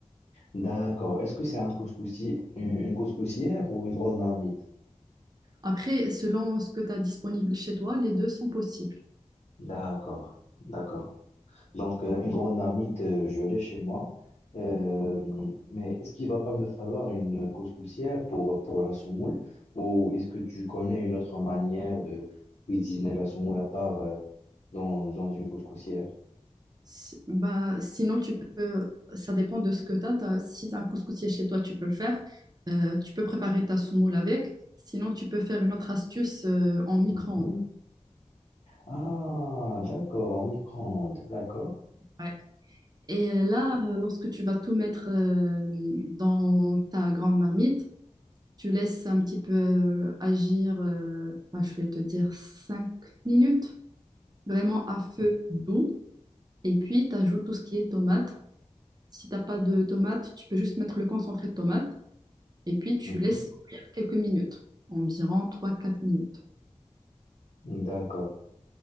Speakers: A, on the left (about 60°); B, on the right (about 35°).
A: D'accord. Est-ce que c'est un couscoussier, une une couscoussière ou une grande marmite?
B: Après, selon ce que tu as disponible chez toi, les deux sont possibles.
A: D'accord. D'accord. Donc, euh, une grande marmite, euh, je l'ai chez moi. Euh, mais est-ce qu'il va pas me falloir une couscoussière pour, pour la semoule? Ou est-ce que tu connais une autre manière de cuisiner la semoule à part euh, dans, dans une couscoussière?
B: Si- Bah, sinon, tu peux, ça dépend de ce que tu as. si tu as un couscoussier chez toi, tu peux le faire. Euh, tu peux préparer ta soumoule avec. Sinon, tu peux faire une autre astuce euh, en micro-ondes.
A: Mhm. Ah, d'accord, en micro-ondes, d'accord.
B: Ouais. Et euh, là, euh, lorsque tu vas tout mettre euh, dans ta grande marmite, tu laisses un petit peu euh, agir, euh, bah, je vais te dire cinq minutes, vraiment à feu doux. Et puis, tu ajoutes tout ce qui est tomate. Si tu n'as pas de tomate, tu peux juste mettre le concentré de tomate. Et puis, tu
A: Mhm.
B: laisses cuire quelques minutes, environ trois-quatre minutes.
A: D'accord,